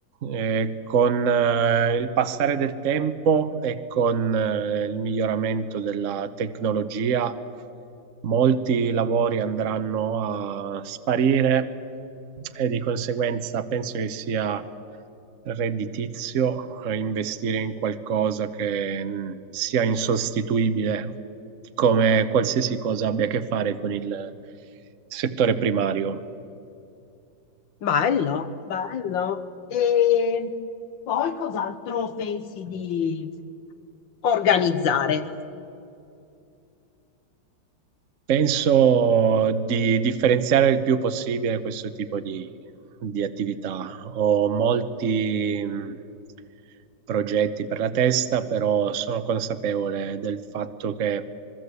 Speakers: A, on the right; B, on the left.
A: eh, con eh, il passare del tempo e con eh, il miglioramento della tecnologia, molti lavori andranno a sparire e di conseguenza penso che sia redditizio eh, investire in qualcosa che mh, sia insostituibile, come qualsiasi cosa abbia a che fare con il settore primario.
B: Bello, Bello. E poi cos'altro pensi di... organizzare.
A: Penso di differenziare il più possibile questo tipo di, di attività. Ho molti mh, progetti per la testa, però sono consapevole del fatto che